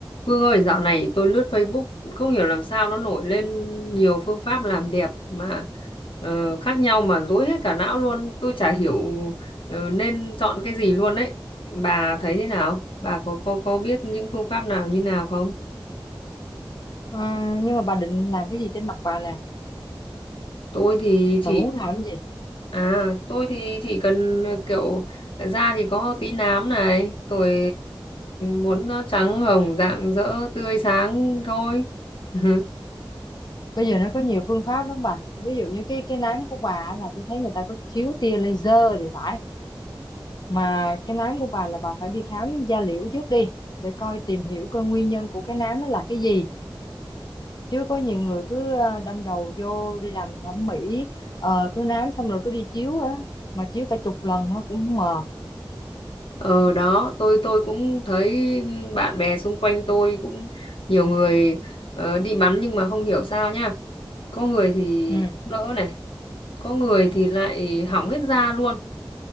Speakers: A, on the left (about 80°); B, on the left (about 55°).
A: Vương ơi, dạo này tôi lướt Facebook không hiểu làm sao nó nổi lên nhiều phương pháp làm đẹp mà ờ, khác nhau mà rối hết cả não luôn. Tôi chả hiểu ờ, nên chọn cái gì luôn đấy. Bà thấy thế nào? Bà có có có biết những phương pháp nào như nào không?
B: Ờ, nhưng mà bà định làm cái gì trên mặt bà nè
A: Tôi thì chỉ
B: bà muốn làm cái gì
A: à tôi thì chỉ cần ờ, kiểu da thì có tí nám này, tôi muốn nó trắng hồng rạng rỡ tươi sáng thôi. <laughs>
B: bây giờ nó có nhiều phương pháp lắm bà ví dụ như cái cái nám của bà á là tôi thấy người ta có chiếu tia laser thì phải mà cái nám của bà là bà phải đi khám da liễu trước đi để coi tìm hiểu coi nguyên nhân của cái nám nó là cái gì chứ có nhiều người cứ ờ, đâm đầu vô đi làm thẩm mỹ ờ, cứ nám xong rồi cứ đi chiếu á mà chiếu cả chục lần nó cũng không mờ
A: Ờ đó, tôi tôi cũng thấy bạn bè xung quanh tôi cũng nhiều người ờ, đi bắn nhưng mà không hiểu sao nhá. Có người thì
B: ừ
A: đỡ này, có người thì lại hỏng hết da luôn,